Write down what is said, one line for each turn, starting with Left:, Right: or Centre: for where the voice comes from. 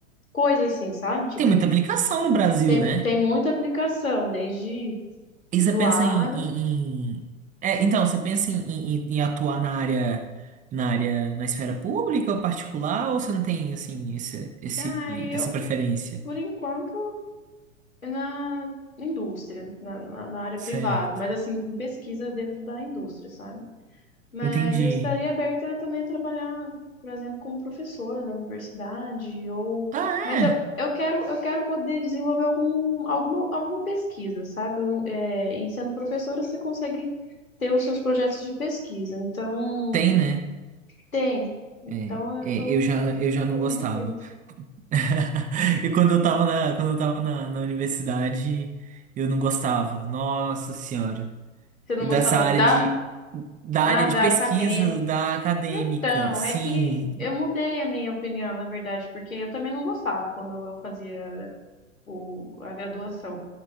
Left: coisa assim, sabe? Tipo,
Right: Tem muita aplicação no Brasil,
Left: tem,
Right: né?
Left: tem muita aplicação, desde
Right: E você
Left: do
Right: pensa
Left: agro.
Right: em, em- em- É, então, você pensa em, em- em- em atuar na área, na área, na esfera pública ou particular, ou você não tem, assim, esse, esse,
Left: Ah, eu,
Right: essa preferência?
Left: por enquanto, na indústria, na, na, na área
Right: Certo.
Left: privada, mas assim, com pesquisa dentro da indústria, sabe? Mas
Right: Entendi.
Left: eu estaria aberta também a trabalhar, por exemplo, como professora na universidade, ou.
Right: Ah,
Left: Mas
Right: é?
Left: eu, eu quero, eu quero poder desenvolver algum, alguma, alguma pesquisa, sabe? Eu não- é, e sendo professora, você consegue ter os seus projetos de pesquisa. Então,
Right: Tem, né?
Left: tem. Então,
Right: É,
Left: eu
Right: é,
Left: tô,
Right: eu já, eu já não
Left: tô
Right: gostava.
Left: bem aberta.
Right: <laughs> E quando eu tava na, quando eu tava na, na universidade, eu não gostava. Nossa Senhora.
Left: Você não
Right: Dessa
Left: gostava
Right: área
Left: da,
Right: de, da área
Left: ah,
Right: de
Left: da
Right: pesquisa,
Left: área acadêmica?
Right: da acadêmica,
Left: Então,
Right: sim.
Left: é que eu mudei a minha opinião, na verdade, porque eu também não gostava quando eu fazia o, a graduação.